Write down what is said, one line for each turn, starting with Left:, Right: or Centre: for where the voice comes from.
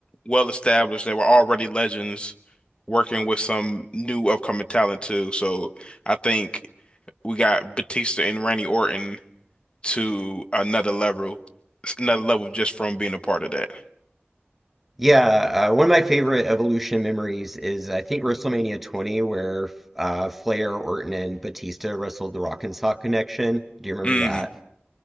Left: well established, that were already legends, working with some new upcoming talent too. So I think. we got Batista and Randy Orton to another level, another level just from being a part of that.
Centre: Yeah, uh, one of my favorite Evolution memories is I think WrestleMania 20, where uh, Flair, Orton, and Batista wrestled the Rock and Sock Connection. Do you remember
Left: Mm.
Centre: that?